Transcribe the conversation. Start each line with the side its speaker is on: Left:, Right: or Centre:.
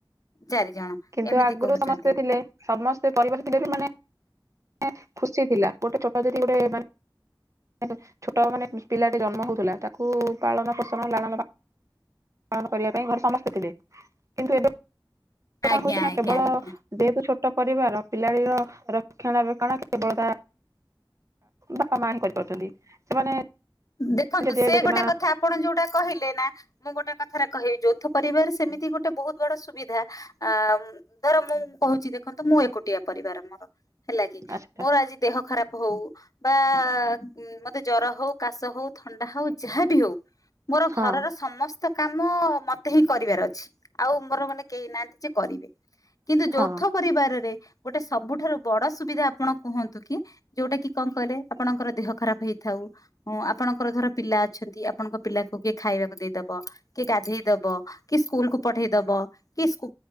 Left: ଚାରି ଜଣ
Right: କିନ୍ତୁ
Left: ଏମିତି
Right: ଆଗରୁ
Left: କହୁଛନ୍ତି
Right: ସମସ୍ତେ ଥିଲେ ସମସ୍ତେ ପରିବାର ଖୁସି ଥିଲା ଗୋଟେ ଛୋଟ ଧରି ଗୋଟେ ଛୋଟ ମାନେ ପିଲାଟେ ଜନ୍ମ ହଉଥିଲା ତାକୁ ପାଳନ ପୋଷଣ ଲାଳନ ପାଳନ କରିବା ପାଇଁ ଘରେ ସମସ୍ତେ ଥିଲେ କିନ୍ତୁ ଏବେ କଣ
Left: ଆଜ୍ଞା
Right: ହଉଛି ନା
Left: ଆଜ୍ଞା
Right: କେବଳ
Left: ଆଜ୍ଞା
Right: ଦେହକୁ ଛୋଟ ପରିବାର ପିଲାଟିର ରକ୍ଷଣାବେକ୍ଷଣ କେବଳ ତା ବାପା ମା ହିଁ କରିପାରୁଛନ୍ତି ସେମାନେ
Left: ଦେଖନ୍ତୁ
Right: ଜେଜେ
Left: ସେ
Right: ଜେଜେମା
Left: ଗୋଟେ କଥା ଆପଣ ଯୋଉଟା କହିଲେ ନା ମୁଁ ଗୋଟେ କଥା କଥାରେ କହିବି ଯୌଥ ପରିବାର ସେମିତି ଗୋଟେ ବହୁତ ବଡ ସୁବିଧା ଅ ଧର ମୁଁ କହୁଛି ଦେଖନ୍ତୁ ମୁଁ ଏକୁଟିଆ ପରିବାର ମୋର ହେଲା କି
Right: ଆଚ୍ଛା
Left: ମୋର ଆଜି ଦେହ ଖରାପ ହଉ ବା ଉଁ ମତେ ଜର ହଉ କାସ ହଉ ଥଣ୍ଡା ହଉ ଯାହାବି ହଉ ମୋର
Right: ହଁ
Left: ଘରର ସମସ୍ତ କାମ ମତେ ହିଁ କରିବାର ଅଛି ଆଉ ମୋର ମାନେ କେହି ନାହାନ୍ତି ଯେ କରିବେ କିନ୍ତୁ ଯୌଥ
Right: ହଁ
Left: ପରିବାରରେ ଗୋଟେ ସବୁଠାରୁ ବଡ ସୁବିଧା ଆପଣ କୁହନ୍ତୁ କି ଯୋଉଟା କି କଣ କହିଲେ ଆପଣଙ୍କର ଦେହ ଖରାପ ହେଇଥାଉ। ହଁ ଆପଣଙ୍କର ଧର ପିଲା ଅଛନ୍ତି। ଆପଣଙ୍କ ପିଲାକୁ କିଏ ଖାଇବାକୁ ଦେଇଦବ କିଏ ଗାଧେଇ ଦବ କି ସ୍କୁଲକୁୁ ପଠେଇ ଦବ କି ସ୍କୁ